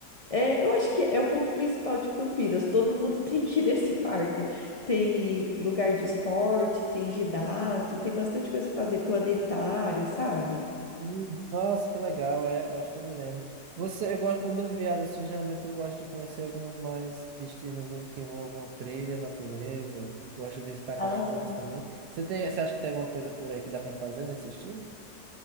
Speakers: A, on the left; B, on the right.
A: é, eu acho que é o ponto principal de Campinas. Todo mundo <laughs> tem que ir nesse parque. Tem lugar de esporte, tem ginásio, tem bastante coisa pra fazer, planetário, sabe?
B: Hum, Nossa, que legal, é, eu acho que eu me lembro. Você, eu gosto, quando eu viajo, assim, geralmente eu gosto de conhecer alguns mais destinos né, que envolvam trilha, natureza, gosto de visitar cachoeiras
A: ah
B: também. Você tem, você acha que tem alguma coisa por aí que dá para fazer nesse estilo?